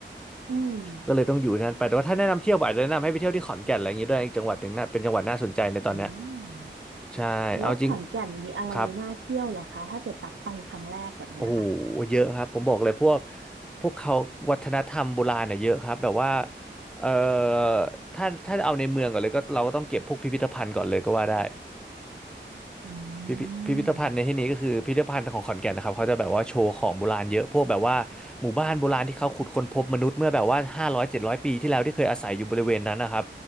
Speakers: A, on the right; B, in the centre.
A: อืม
B: ก็เลยต้องอยู่ที่นั่นไปแต่ว่าถ้าแนะนำเที่ยวอาจจะแนะนำให้ไปเที่ยวที่ขอนแก่นอะไรอย่างงี้ด้วยอีกจังหวัดหนึ่งน่ะเป็นจังหวัดน่าสนใจในตอนเนี้ย
A: อืม
B: ใช่เอาจริง
A: แล้วขอนแก่นมีอะไรน่าเที่ยวเหรอคะถ้าเกิดตักไปครั้งแรกแบบเนี้ยค่ะ
B: ครับโอ้โหเยอะครับผมบอกเลยพวกพวกเขาวัฒนธรรมโบราณเน่ยเยอะครับแบบว่าเอ่อถ้าถ้าเอาในเมืองก่อนเลยก็เราก็ต้องเก็บพวกพิพิธภัณฑ์ก่อนเลยก็ว่าได้
A: อื
B: พิพิพิพิธภัณฑ์ในที่นี้ก็คือพิพิธภัณฑ์ของขอนแก่นนะครับเขาจะแบบว่าโชว์ของโบราณเยอะพวกแบบว่าหมู่บ้านโบราณที่เขาขุดค้นพบมนุษย์เมื่อแบบว่าห้าร้อยเจ็ดร้อยปีที่แล้วที่เคยอาศัยอยู่บริเวณนั้นนะครับ
A: ม